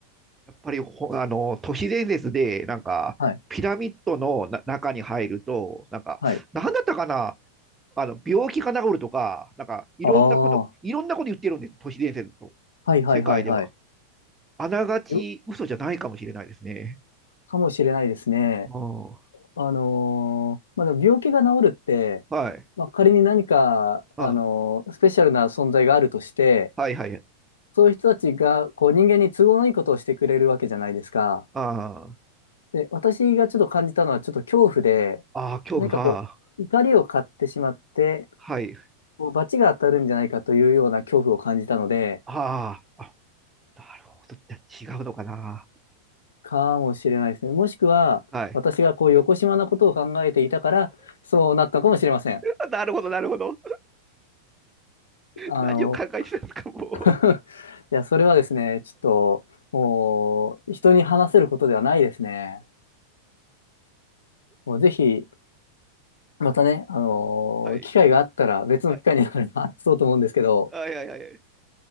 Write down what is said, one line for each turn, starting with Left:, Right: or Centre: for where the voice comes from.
Right: やっぱりほ、あの、都市伝説で、なんか、
Left: はい。
Right: ピラミッドのな中に入ると、なんか、
Left: はい。
Right: なんだったかな、あの、病気が治るとか、なんか、いろんなこと、
Left: ああ、は
Right: いろんなこと言ってるんです、都市伝説と、
Left: いはいはいはい。
Right: 世界では。あながち嘘じゃないかもしれないですね。
Left: よ、かもしれないですね。
Right: うん。
Left: あのーまあ、でも病気が治るって、
Right: はい。
Left: まあ、仮に何か、
Right: あ、
Left: あのースペシャルな存在があるとして、
Right: はいはい。
Left: そういう人たちがこう人間に都合のいいことをしてくれるわけじゃないですか。
Right: あーあー、
Left: で、私がちょっと感じたのはちょっと恐怖で、
Right: あ恐怖、
Left: 何かこう、
Right: はあ、
Left: 怒りを買ってしまって、
Right: はい。
Left: こう罰が当たるんじゃないかというような恐怖を感じたので、
Right: ああ、あ、なるほど。じゃあ違うのかな。
Left: かもしれないですね。もしくは、
Right: はい。
Left: 私がこう、横島なことを考えていたから、そうなったかもしれません。
Right: <laughs> なるほど、なるほど。
Left: あの、
Right: 何を考えてたんですか、も
Left: <laughs> いや、それはですね、ちょっと、もう、人に話せることではないですね。もう、ぜひ、またね、あのー機会があったら、
Right: う。はい。
Left: 別の機会になれば話そうと思うんですけど、
Right: はい。はいはいはい。